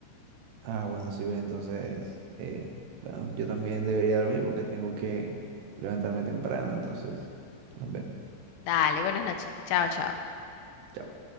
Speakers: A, on the right; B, on the left.
A: Ah, bueno, sí, Belén, entonces, eh, bueno, yo también debería dormir porque tengo que levantarme temprano, entonces, nos vemos.
B: Dale, buenas noches, chao, chao.
A: Chao.